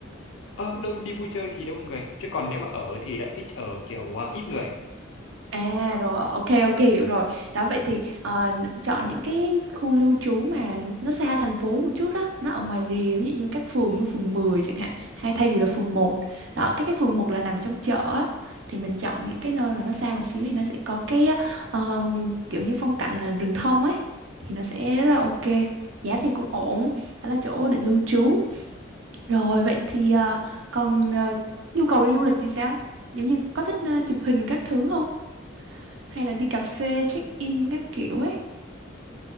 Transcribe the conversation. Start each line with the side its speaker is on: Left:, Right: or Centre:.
Left: Ờ, đâu đi vui chơi thì đông người, chứ còn nếu mà ở thì lại thích ở kiểu ờ, ít người.
Right: À rồi, ok ok hiểu rồi. Đó vậy thì ờ, chọn những cái khu lưu trú mà nó xa thành phố một chút đó, nó ở ngoài rìa ví dụ như các phường như phường 10 chẳng hạn, hay thay vì là phường 1. Đó, các cái phường 1 là nằm trong chợ á thì mình chọn những cái nơi mà nó xa một xíu thì nó sẽ có cái ờ, kiểu như phong cảnh là rừng thông ấy thì nó sẽ rất là ok. Giá thì cũng ổn, đó là chỗ để lưu trú. Rồi vậy thì ờ, còn ờ, nhu cầu đi du lịch thì sao? Giống như có thích ờ, chụp hình các thứ không? hay là đi cà phê check in các kiểu ấy